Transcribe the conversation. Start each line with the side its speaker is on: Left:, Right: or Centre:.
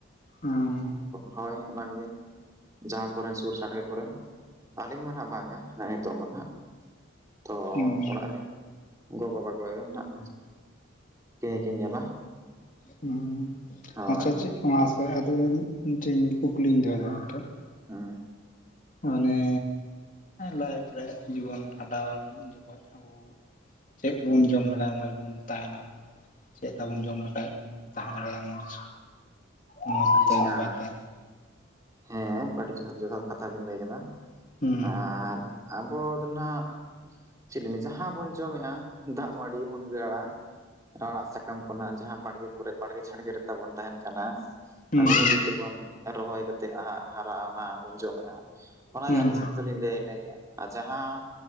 Left: ᱦᱮᱸᱻ
Right: ᱦᱚᱼᱦᱚᱭ ᱚᱱᱟ ᱜᱮ ᱡᱟᱦᱟᱸ ᱠᱚᱨᱮᱱ ᱥᱳᱨ ᱥᱟᱰᱜᱮ ᱠᱚᱨᱮᱱ ᱟᱹᱞᱤᱧ ᱢᱟ ᱱᱟᱦᱟᱜ ᱵᱟᱝᱼᱟ ᱱᱤᱛᱚᱜ ᱢᱟ ᱱᱟᱜ ᱛᱚ
Left: ᱦᱩᱸ ᱦᱩᱸ
Right: ᱚᱲᱟᱜ ᱨᱮᱱ ᱜᱚᱵᱟᱵᱟ ᱠᱚ ᱟᱭᱳ ᱱᱟᱸᱜ ᱠᱤᱱ ᱠᱤᱱ ᱧᱮᱞᱟ
Left: ᱦᱚᱸ
Right: ᱦᱳᱭ
Left: ᱟᱪᱪᱷᱟ ᱪᱮᱫ ᱠᱟᱱᱟᱥᱮ ᱟᱫᱚ ᱤᱧ ᱴᱷᱮᱱ ᱠᱩᱠᱞᱤᱧ ᱫᱚᱦᱚᱭᱮᱫᱟ ᱟᱢ ᱴᱷᱮᱱ
Right: ᱦᱩᱸ
Left: ᱚᱱᱮ ᱞᱟᱭᱤᱯᱷ ᱨᱮ ᱡᱤᱭᱚᱱ ᱠᱷᱟᱸᱰᱟᱣ ᱡᱚᱠᱷᱚᱡ ᱟᱵᱚ ᱪᱮᱫ ᱠᱚᱵᱚᱱ ᱡᱚᱢ ᱞᱮᱠᱷᱟ <inaudible> ᱢᱚᱡᱽ ᱵᱚᱱ ᱛᱟᱦᱮᱱᱟ ᱪᱮᱫᱞᱮᱠᱟ ᱵᱚᱱ ᱡᱚᱢ ᱞᱮᱠᱷᱟᱡ ᱛᱟᱦᱮᱸ ᱫᱟᱲᱮᱭᱟᱜᱼᱟ ᱢᱚᱸᱡᱽ ᱢᱚᱸᱡᱽᱛᱮ
Right: ᱟᱪᱪᱷᱟ
Left: ᱱᱟᱯᱟᱭ ᱛᱮ
Right: ᱦᱮᱸ ᱟᱹᱰᱤ ᱡᱚᱛᱷᱟᱛ ᱡᱚᱛᱷᱟᱛ ᱠᱟᱛᱷᱟ ᱵᱤᱱ ᱞᱟᱹᱭ ᱠᱟᱫᱟ
Left: ᱦᱩᱸ
Right: ᱟᱨ ᱟᱵᱚ ᱫᱚ ᱱᱟᱦᱟᱜ ᱪᱮᱫ ᱞᱤᱧ <inaudible> ᱡᱟᱦᱟᱸ ᱵᱚᱱ ᱡᱚᱢᱮᱜᱼᱟ ᱫᱟᱜ ᱢᱟᱹᱲᱤ ᱢᱩᱱᱜᱟᱹ ᱟᱲᱟᱜ ᱟᱲᱟᱜ ᱥᱟᱠᱟᱢ ᱠᱚᱱᱟᱦᱟᱜ ᱡᱟᱦᱟᱸ ᱵᱟᱲᱜᱮ ᱠᱚᱨᱮ ᱵᱟᱲᱜᱮ ᱡᱷᱟᱲᱜᱮ ᱨᱮ ᱛᱟᱵᱚᱱ ᱛᱟᱦᱮᱱ ᱠᱟᱱᱟ
Left: ᱦᱩᱸ
Right: ᱟᱵᱚ ᱱᱤᱡᱮ ᱛᱮᱵᱚᱱ ᱨᱚᱦᱚᱭ ᱠᱟᱛᱮᱜ ᱦᱟᱜ ᱦᱟᱨᱟᱜᱼᱟ ᱚᱱᱟ ᱵᱚᱱ ᱡᱚᱢᱮᱜᱼᱟ ᱚᱱᱟ
Left: ᱦᱩᱸ
Right: ᱜᱮ ᱟᱹᱞᱤᱧ ᱫᱚ ᱞᱤᱧ ᱞᱟᱹᱭᱟ ᱤᱱᱟᱹ ᱜᱮ ᱟᱨ ᱡᱟᱦᱟᱸ